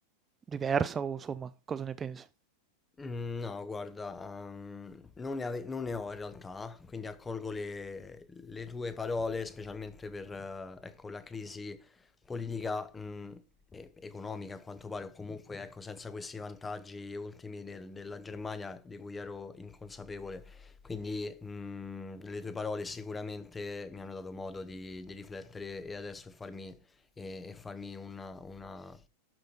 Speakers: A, on the right (about 20°); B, on the left (about 15°).
A: diversa o insomma cosa ne pensi.
B: Mm, No, guarda, ehm, non ne, ave- non ne ho in realtà, quindi accolgo le, le tue parole, specialmente per eh, ecco, la crisi politica mm, e- economica, a quanto pare, o comunque ecco, senza questi vantaggi ultimi del- della Germania di cui ero inconsapevole. Quindi mm, le tue parole sicuramente mi hanno dato modo di, di riflettere e adesso farmi e, e farmi una, una-